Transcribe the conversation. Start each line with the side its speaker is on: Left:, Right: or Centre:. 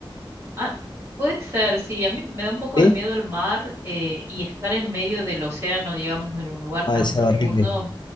Right: ah, puede ser, sí, a mí me da un poco
Left: Sí.
Right: de miedo el mar eh, y estar en medio del océano, digamos, en un lugar tan
Left: No, es
Right: profundo,
Left: horrible.